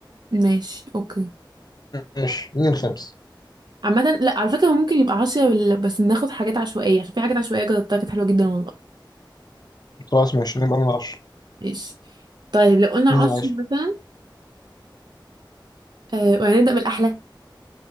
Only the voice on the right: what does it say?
ماشي اوكي
عامة لا على فكرة هو ممكن يبقى عشرة ولا- بس ناخد حاجات عشوائية عشان في حاجات عشوائية جربتها كانت حلوة جدا والله
ماشي طيب لو قلنا
عشرة
مثلا آه وهنبدأ من الأحلى